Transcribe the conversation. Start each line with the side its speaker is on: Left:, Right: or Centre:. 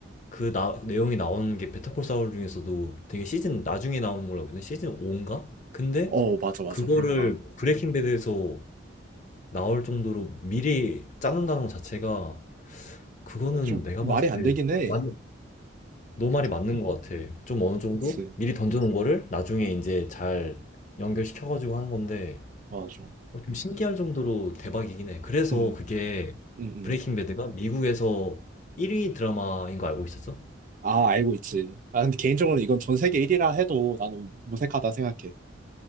Left: 그 나, 내용이 나오는 게 베타콜 사울 중에서도 되게 시즌 나중에 나오는 걸로 알고 있는데 시즌 5인가? 근데
Right: 어 맞아 맞아
Left: 그거를
Right: 그럴 거야.
Left: 브레이킹 배드에서 나올 정도로 미리 짜놓는다는 것 자체가 그거는
Right: 좀
Left: 내가
Right: 말이
Left: 봤을
Right: 안
Left: 때
Right: 되긴 해.
Left: 맞, 너 말이 맞는 것 같아. 좀 어느 정도
Right: 그치.
Left: 미리 던져놓은 거를 나중에 이제 잘 연결시켜가지고 하는 건데
Right: 맞아.
Left: 어, 좀 신기할 정도로 대박이긴 해. 그래서
Right: 음,
Left: 그게
Right: 음, 음.
Left: 브레이킹 배드가 미국에서 1위 드라마인 거 알고 있었어?
Right: 아, 알고 있지. 아, 근데 개인적으로 이건 전 세계 1위라 해도 나는 무색하다 생각해.